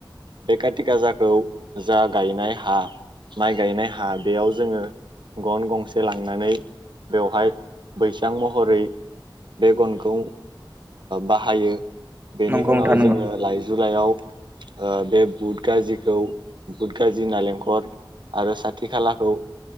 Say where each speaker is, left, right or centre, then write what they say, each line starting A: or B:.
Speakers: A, on the right (about 70°); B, on the right (about 25°).
A: बे का थि गाजाखौ जा गायनाय हा माइ गायनाय हा बेयाव जोङो गन गंसे लांनानै बेवहाय बैसां महरै बे गनखौ बाहायो बेनि
B: नंगौ नोंथां
A: उनाव
B: नंगौ नोंथां नंगौ
A: जोङो लाइ जु लाइयाव बे बुट गाजिखौ बुट गाजि नालेंखर आरो साथि खालाखौ